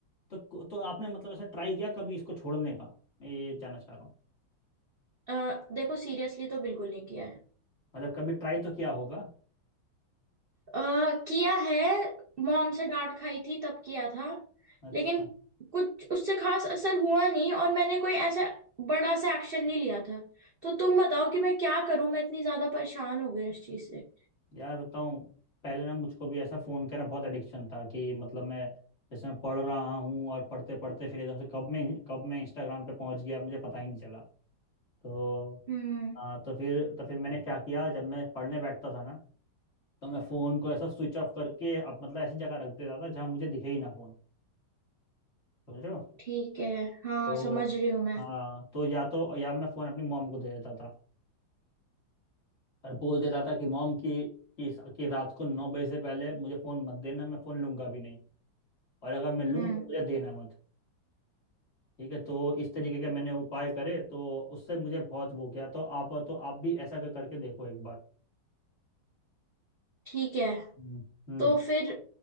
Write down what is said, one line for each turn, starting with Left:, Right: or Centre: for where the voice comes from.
Left: तो तो आपने मतलब ऐसा ट्राई किया कभी इसको छोड़ने का मैं ये जानना चाह रहा हूँ
Right: अ, देखो सीरियसली तो बिल्कुल नहीं किया है
Left: मतलब कभी ट्राई तो किया होगा
Right: अ, किया है मॉम से डांट खाई थी तब किया था
Left: अच्छा
Right: लेकिन कुछ उससे खास असर हुआ नहीं और मैंने कोई ऐसा बड़ा सा एक्शन नहीं लिया था तो तुम बताओ कि मैं क्या करूं मैं इतनी ज्यादा परेशान हो गई उस चीज से
Left: यार बताऊं पहले ना मुझको भी ऐसा फ़ोन का ना बहुत एडिक्शन था कि मतलब मैं जैसे मैं पढ़ रहा हूँ और पढ़ते पढ़ते फिर एकदम से कब मैं कब मैं इंस्टाग्राम पे पहुंच गया मुझे पता ही नहीं चला तो
Right: हम्म
Left: हाँ तो फिर तो फिर मैंने क्या किया जब मैं पढ़ने बैठता था ना तो मैं फ़ोन को ऐसा स्विच ऑफ करके अब मतलब ऐसी जगह रख देता था जहाँ मुझे दिखे ही ना फ़ोन समझ रहे हो
Right: ठीक है हाँ
Left: तो
Right: समझ रही हूँ मैं
Left: हाँ तो या तो या मैं फ़ोन अपनी मॉम को दे देता था और बोल देता था कि मॉम की कि, कि रात को नौ बजे से पहले मुझे फ़ोन मत देना मैं फ़ोन लूंगा भी नहीं और अगर मैं लूँ
Right: हम्म
Left: तो मुझे देना मत ठीक है तो इस तरीके के मैंने उपाय करे तो उससे मुझे बहुत वो किया तो आप तो आप भी ऐसा कर- करके देखो एक बार
Right: ठीक है
Left: हम्म हम्म
Right: तो फिर